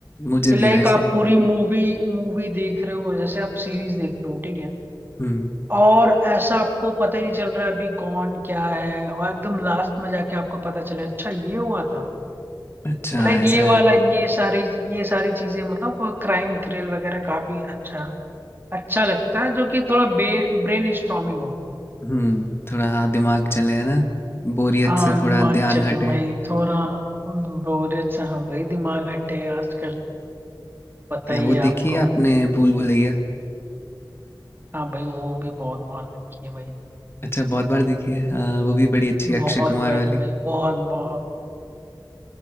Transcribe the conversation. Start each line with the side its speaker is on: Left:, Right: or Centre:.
Left: मुझे
Right: कि
Left: भी
Right: लाइक
Left: वैसे
Right: आप पूरी मूवी मूवी देख रहे हो जैसे आप सीरीज देख रहे हो ठीक है
Left: हम्म
Right: और ऐसा आपको पता ही नहीं चल रहा है अभी कौन क्या है और एकदम लास्ट में जाके आपको पता चले अच्छा ये हुआ था
Left: अच्छा
Right: लाइक
Left: ऐसा
Right: ये वाला
Left: है
Right: ये सारी ये सारी चीजें मतलब क्राइम थ्रिल वगैरह काफी अच्छा अच्छा लगता है जो कि थोड़ा बे, ब्रेन स्ट्रॉमिंग हो
Left: हुँ, थोड़ा हाँ, दिमाग चले, है ना? बोरियत
Right: हाँ
Left: से थोड़ा
Right: दिमाग
Left: ध्यान
Right: चले
Left: हटे।
Right: भाई थोड़ा बोरियत से हाँ भाई दिमाग हटे आजकल पता
Left: या
Right: ही
Left: वो
Right: है आपको
Left: देखी है आपने भूल भुलैया?
Right: हाँ भाई वो भी बहुत मार रखी है भाई
Left: अच्छा बहुत बार देखी है। हाँ, वो भी बड़ी अच्छी
Right: बहुत
Left: है अक्षय कुमार
Right: भाई
Left: वाली।
Right: भाई बहुत बहुत